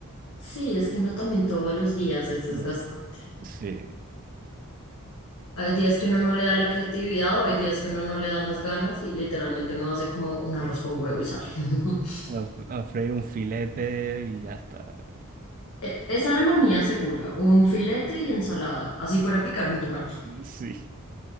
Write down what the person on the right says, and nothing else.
No. Sí,
a- a freír un filete y ya está.
Sí.